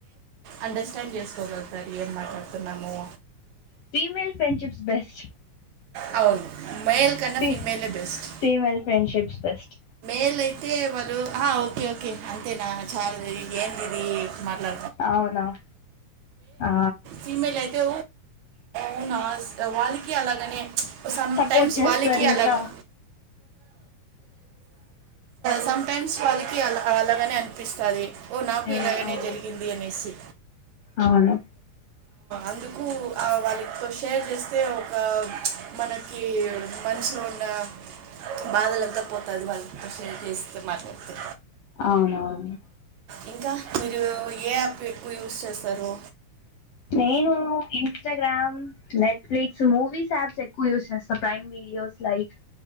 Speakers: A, on the right (about 75°); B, on the left (about 75°).
A: అండర్స్టాండ్ చేసుకోగలుగుతారు ఏం మాట్లాడుతున్నాము
B: ఫీమేల్ ఫ్రెండ్షిప్స్ బెస్ట్
A: అవును మేల్ కన్నా
B: ఫి
A: ఫీమేలే బెస్ట్
B: ఫీమల్ ఫ్రెండ్షిప్స్ బెస్ట్
A: ఎల్లైతే వాళ్లు ఓ ఆ ఓకే ఓకే అంతేనా చాలు ఎందిది మాట్లాడం
B: అవునా ఆ
A: ఫీమేల్ అయితే వునా వాళ్ళకి అలాగనే సమ్
B: సపోర్ట్
A: టైమ్స్
B: చేస్తారు
A: వాళ్ళకి
B: ఇంకా
A: అలాగే సటైమ్స్ వాళ్ళకి అ అలాగనే అనిపిస్తుంది ఓ నాకు
B: ఉమ్
A: ఇలాగనే
B: అవును
A: జరిగింది అనేసి
B: అవును
A: అందుకు ఆ వాళ్లకి షేర్ చేస్తే ఒక మనకి మనసులో ఉన్న బాదలంతా పోతాది వాళ్ళతో షేర్ చేస్తే మాట్లాడితే
B: అవునవును
A: ఇంకా మీరు ఏ యాప్ ఎక్కువ యూస్ చేస్తారు
B: నేను Instagram Netflix movies apps ఎక్కువ యూస్ చేస్తా ప్రైమ్ వీడియోస్ లైక్